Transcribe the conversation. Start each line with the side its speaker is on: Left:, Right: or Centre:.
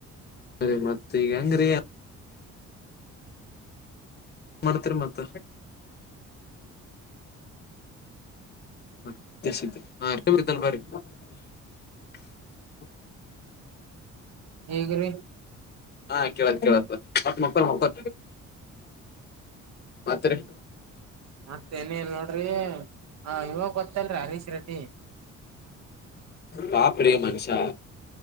Left: ಸರಿ ಮತ್ತಿ ಈಗ ಹೆಂಗರಿ ಮಾಡ್ತರಿ ಮತ್ತ. <unintelligible>
Right: ಹೇಗ್ರಿ.
Left: ಹಾ ಕೇಳತ್ ಕೇಳತದ ಮತ್ತ ಮೊಕ್ಕೊರಿ ಮೊಕ್ಕೊರಿ ಮತ್ರಿ.
Right: ಮತ್ತ ಏನೂ ಇಲ್ಲ ನೋಡ್ರಿ ಆ ಇವಾಗ ಗೊತ್ತಲ್ರಿ ಹರೀಶ್ ರೆಡ್ಡಿ.
Left: ಪಾಪ್ರಿ ಮನ್ಶ್ಯಾ.